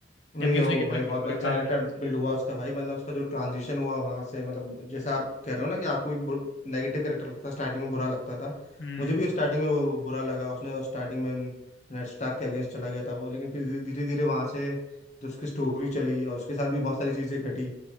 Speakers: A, on the left; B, on the left.
A: नहीं
B: जबकि
A: वो
B: उसने कितने
A: भाई
B: बुरे
A: बहुत
B: बुरे
A: अच्छा
B: काम
A: कैरेक्टर
B: करे होते हैं।
A: बिल्ड हुआ उसका भाई मतलब उसका जो ट्रांजिशन हुआ वहां से मतलब जैसे आप कह रहे हो ना कि आपको भी नेगेटिव कैरेक्टर लगता था, स्टार्टिंग में बुरा लगता था
B: हम्म
A: मुझे भी स्टार्टिंग में वो बुरा लगा उसने स्टार्टिंग में नेड स्टार्क के अगेंस्ट चला गया था वो लेकिन फिर धीरे धीरे वहां से जो उसकी स्टोरी चली और उसके साथ भी बहुत सारी चीजें घटी